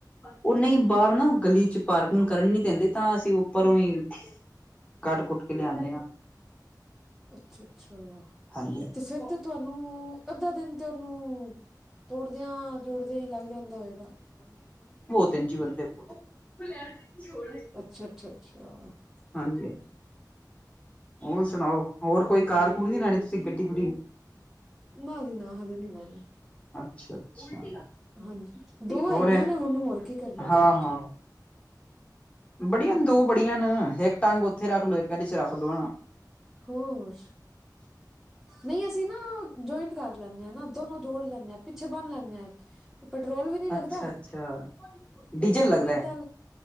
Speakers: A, on the left; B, in the centre.
A: ਉਹ ਨਹੀਂ ਬਾਹਰ ਨਾ ਗਲੀ ਚ ਪਾਰਕਿੰਗ ਕਰਨ ਨੀ ਦਿੰਦੇ ਤਾਂ ਅਸੀਂ ਉੱਪਰੋਂ ਹੀ। ਕੱਟ ਕੁੱਟ ਕੇ ਲਿਆਦੇ ਹਾਂ।
B: ਅੱਛਾ ਅੱਛਾ
A: ਹਾਂਜੀ ਹਾਂਜੀ
B: ਤੇ ਫਿਰ ਤੇ ਤੁਹਾਨੂੰ। ਅੱਧਾ ਦਿਨ ਤੇ ਉਹਨੂੰ ਤੋੜਦਿਆਂ ਜੋੜਦਿਆਂ ਹੀ ਲੱਗ ਜਾਂਦਾ ਹੋਏਗਾ।
A: ਤਿੰਨ ਦੇ ਬੰਦੇ। ਬਹੁਤ ਹਾਂਜੀ
B: ਅੱਛਾ ਅੱਛਾ ਅੱਛਾ।
A: ਹਾਂਜੀ ਹਾਂਜੀ। ਹੋਰ ਸੁਣਾਓ ਹੋਰ ਕੋਈ ਕਾਰ ਕੁਰ ਨੀ ਲੈਣੀ ਤੁਸੀਂ ਗੱਡੀ ਗੁੱਡੀ।
B: ਨਾ ਜੀ ਨਾ ਹਜੇ ਨਹੀਂ ਲੈਣੀ।
A: ਅੱਛਾ ਅੱਛਾ।
B: ਹਾਂਜੀ ਦੋ ਹੈਗੀਆਂ
A: ਹੋਰ ਹੈ।
B: ਨੇ ਹੁਣ ਹੋਰ ਕੀ ਕਰਨੀ
A: ਹਾਂ
B: ਹੈ ਲੈ ਕੇ।
A: ਹਾਂ ਬੜੀਆਂ
B: ਹਾਂਜੀ
A: ਨੇ ਦੋ ਬੜੀਆਂ ਨ ਇਕ ਟੰਗ ਉੱਥੇ ਰੱਖ ਲਓ ਇੱਕ ਇਹਦੇ ਚ ਰੱਖ ਲੋ ਨਾ।
B: ਹੋਰ। ਨਹੀਂ ਅਸੀਂ ਨਾ ਜੁਆਇੰਟ ਕਰ ਲੈਂਨੇ ਹਾਂ ਨਾ ਦੋਨੋਂ ਜੋੜ ਲੈਂਦੇ ਹਾਂ ਪਿੱਛੇ ਬਣ ਲੈਂਦੇ ਹਾਂ ਇਕ। ਉਹ ਪੈਟਰੋਲ ਵੀ ਨੀ ਲੱਗਦਾ
A: ਅੱਛਾ ਅੱਛਾ
B: ਪੈਟਰੋਲ
A: ਡੀਜ਼ਲ ਲੱਗਦਾ
B: ਵੀ ਏਦਾਂ।